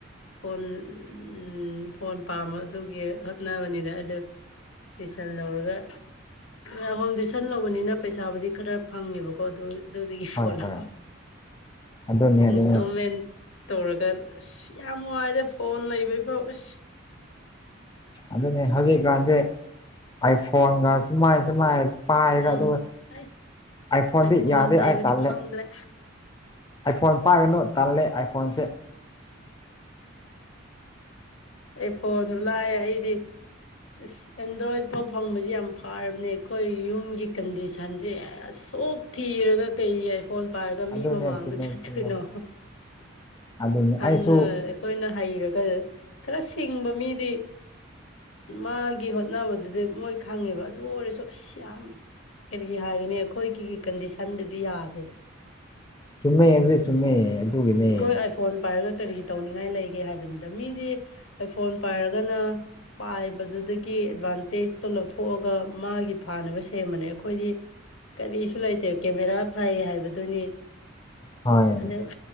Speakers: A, on the left; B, on the left.
A: ꯐꯣꯟ ꯎꯝ ꯐꯣꯟ ꯄꯥꯝꯕ ꯑꯗꯨꯒꯤ ꯍꯣꯠꯅꯕꯅꯤꯗ ꯑꯗꯨ ꯇꯨꯏꯁꯟ ꯂꯧꯔꯒ ꯈꯔꯥ ꯍꯣꯝ ꯇ꯭ꯌꯏꯁꯟ ꯂꯧꯕꯅꯤꯅ ꯄꯩꯁꯥꯕꯨꯗꯤ ꯈꯔ ꯐꯪꯉꯦꯕꯀꯣ ꯑꯗꯨ ꯑꯗꯨꯗꯒꯤ ꯐꯣꯟ
B: ꯍꯣꯏ ꯍꯣꯏ
A: ꯂꯧ
B: ꯑꯗꯨꯅꯦ ꯑꯗꯨꯅꯦ
A: ꯏꯟꯁꯇꯣꯜꯃꯦꯟ ꯇꯧꯔꯒꯥ ꯑꯁ ꯌꯥꯝ ꯋꯥꯏꯗꯥ ꯐꯣꯟ ꯂꯩꯕꯩꯐꯥꯎ ꯑꯁ
B: ꯑꯗꯨꯅꯦ ꯍꯧꯖꯤꯛꯀꯥꯟꯁꯦ ꯑꯥꯏꯐꯣꯟꯒ ꯁꯨꯃꯥꯏꯅ ꯁꯨꯃꯥꯏꯅ ꯄꯥꯏꯔꯒ
A: ꯎꯝ
B: ꯑꯗꯨꯒ
A: ꯑꯩ
B: ꯑꯥꯏꯐꯣꯟꯗꯤ
A: ꯑꯩ ꯐꯣꯟ
B: ꯌꯥꯗꯦ
A: ꯄꯥꯏꯕꯗꯤ
B: ꯑꯥꯥꯢ ꯇꯥꯜꯂꯦ
A: ꯐꯪꯗ꯭ꯔꯦ
B: ꯑꯥꯏꯐꯣꯟ ꯄꯥꯏꯒꯅꯨ ꯇꯥꯜꯂꯦ ꯑꯥꯏꯐꯣꯟꯁꯦ
A: ꯑꯩꯐꯣꯟꯕꯨ ꯂꯥꯢꯔꯤ ꯑꯩꯗꯤ ꯑꯁ ꯑꯦꯟꯗ꯭ꯔꯣꯏꯗ ꯐꯥꯎ ꯐꯪꯕꯕꯁꯤ ꯌꯥꯝ ꯐꯔꯕꯅꯦ ꯑꯩꯈꯣꯏ ꯌꯨꯝꯒꯤ ꯀꯟꯗꯤꯁꯟꯁꯦ ꯑꯁꯨꯛ ꯊꯤꯔꯒ ꯀꯩꯒꯤ ꯑꯥꯏꯐꯣꯟ ꯄꯥꯏꯔꯒ ꯃꯤ
B: ꯑꯗꯨꯅꯦ
A: ꯃꯃꯥꯡꯗ
B: ꯆꯨꯝꯃꯦ
A: ꯆꯠꯇꯣꯏꯅꯣ
B: ꯆꯨꯝꯃꯦ <unintelligible>
A: ꯍꯟꯅ
B: ꯑꯩꯁꯨ
A: ꯑꯩꯈꯣꯏꯅ ꯍꯩꯔꯒ ꯈꯔ ꯁꯤꯡꯕ ꯃꯤꯗꯤ ꯃꯥꯒꯤ ꯍꯣꯠꯅꯕꯗꯨꯗꯤ ꯃꯣꯏ ꯈꯪꯉꯦꯕ ꯑꯗꯨ ꯑꯣꯏꯔꯁꯨ ꯑꯁ ꯌꯥꯝ ꯀꯔꯤꯒꯤ ꯍꯥꯏꯒꯅꯤ ꯑꯩꯈꯣꯏꯒꯤ ꯀꯟꯗꯤꯁꯟꯗꯗꯤ ꯌꯥꯗꯦꯕ
B: ꯆꯨꯝꯃꯦ ꯌꯥꯗꯦ ꯆꯨꯝꯃꯦ ꯑꯗꯨꯒꯤꯅꯦ
A: ꯑꯩꯈꯣꯏ ꯑꯥꯏꯐꯣꯟ ꯄꯥꯏꯔꯒ ꯀꯔꯤ ꯇꯧꯅꯤꯡꯉꯥꯏ ꯂꯩꯒꯦ ꯍꯥꯏꯕꯅꯤꯗ ꯃꯤꯗꯤ ꯑꯥꯏꯐꯣꯟ ꯄꯥꯏꯔꯒꯅ ꯄꯥꯏꯕꯗꯨꯗꯒꯤ ꯑꯦꯠꯚꯥꯟꯇꯦꯖꯇꯣ ꯂꯧꯊꯣꯛꯑꯒ ꯃꯥꯒꯤ ꯐꯥꯅꯕ ꯁꯦꯝꯕꯅꯦ ꯑꯩꯈꯣꯏꯗꯤ ꯀꯔꯤꯁꯨ ꯂꯩꯇꯦ ꯀꯦꯃꯦꯔꯥ ꯐꯥꯏ ꯍꯥꯏꯕꯗꯨꯅꯤ
B: ꯍꯣꯏ
A: ꯑꯗ